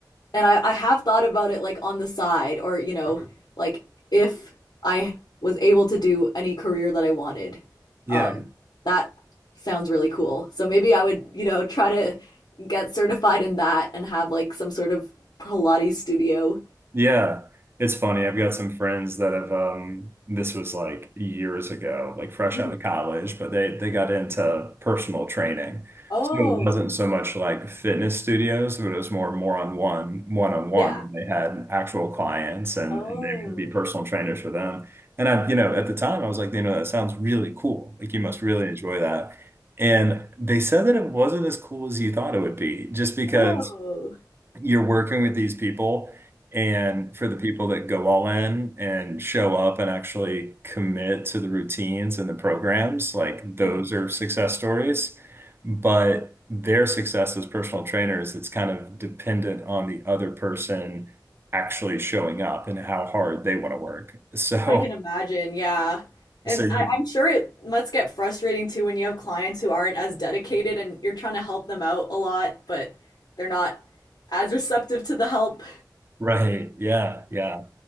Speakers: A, on the left; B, on the right.
A: And I, I have thought about it like on the side, or, you know, Mhm. like if I was able to do any career that I wanted,
B: Yeah.
A: um, that sounds really cool. So maybe I would, you know, try to get certified in that and have like some sort of Pilates studio.
B: Yeah, it's funny. I've got some friends that have um this was like years ago, like fresh
A: <laughs>
B: out of college, but they they got into personal training.
A: Oh,
B: So it wasn't so much like fitness studios, but it was more more on one one on one.
A: yeah.
B: They had actual clients and,
A: Oh.
B: and they would be personal trainers for them. And I, you know, at the time I was like, you know, that sounds really cool. Like you must really enjoy that. And they said that it wasn't as cool as you thought it would be, just Mm. because
A: <laughs> Oh.
B: you're working with these people and for the people that go all in and show up and actually commit to the routines and the programs like those
A: Hmm.
B: are success stories but their success as personal trainers it's kind of dependent on the other person actually showing up and how hard they want to work so
A: I can imagine, yeah. And
B: so you,
A: I, I'm sure it must get frustrating too when you have clients who aren't as dedicated and you're trying to help them out a lot, but they're not as receptive to the help.
B: right yeah yeah